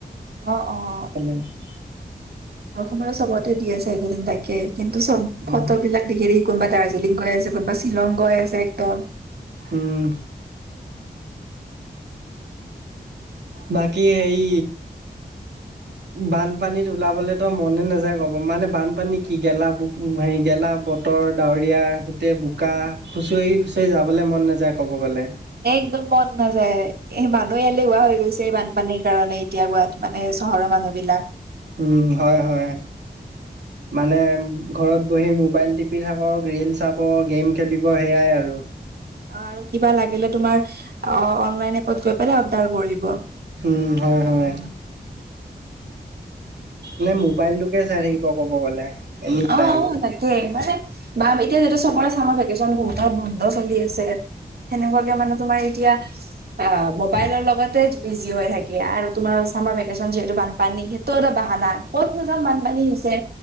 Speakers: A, on the right (about 65°); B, on the right (about 90°).
A: অ', অ'।
B: <unintelligible>
A: <unintelligible> চবতে দি আছে এইদিন তাকে কিন্তু চব
B: উম।
A: ফটোবিলাক <unintelligible> কোনোবা দাৰ্জিলিং গৈ আছে, কোনোবা শ্বিলং গৈ আছে একদম।
B: হুম। বাকী হেই
A: <inaudible>
B: বানপানীত ওলাবলৈতো মনে নাযায় ক'ব মানে বানপানী কি গেলা ব-হেৰি গেলা ব তৰ ডাৱৰীয়া গোটেই বোকা,
A: উম,
B: খুচৰি খুচৰি যাবলৈ মন নাযায় ক'ব গ'লে।
A: একদম মন নাযায়। এ, মানুহে এলেহুৱা হৈ গৈছে এই বানপানীৰ কাৰণে। এতিয়া গোৱাত মানে চহৰৰ মানুহবিলাক।
B: উম, হয় হয়, মানে ঘৰত বহি মোবাইল টিপি থাকক, ৰীল চাব, গেম খেলিব সেয়াই আৰু।
A: অ' আৰু কিবা লাগিলে তোমাৰ অনলাইন এপত গৈ পেলাই অৰ্ডাৰ কৰিব।
B: উম, হয় হয়। নে মোবাইলটোকে চাই থাকিব ক'ব গ'লে। Any
A: অ'
B: time.
A: তাকে, মানে বা এতিয়া যিহেতু চবৰে চামাৰ ভেকেচন বহুতত বন্ধ চলি আছে, সেনেকুৱাকে মানে তোমাৰ এতিয়া অ' মোবাইলৰ লগতে বিজি হৈ থাকে আৰু তোমাৰ চামাৰ ভেকেচন যিহেতু বানপানী তৰ এটা বাহানা, ক'তনো যাম বানপানী হৈছে,